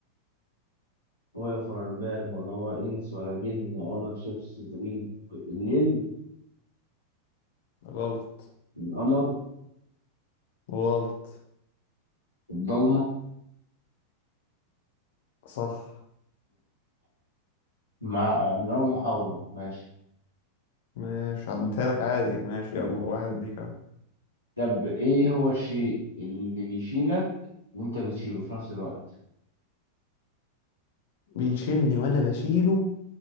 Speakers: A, on the left; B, on the left.
A: هو يقفل الباب ولا هو إنس ولا جن ولا شيبس تجيب الليل
B: غلط
A: القمر
B: غلط
A: الضلمة
B: صح
A: مع من أول محاولة أهو ماشي
B: ماشي عدتها لك عادي ماشي
A: مم.
B: يلا واحد ليك اهو
A: طب إيه هو الشيء اللي بيشيلك وأنت بتشيله في نفس الوقت؟
B: بيشيلني وانا بشيله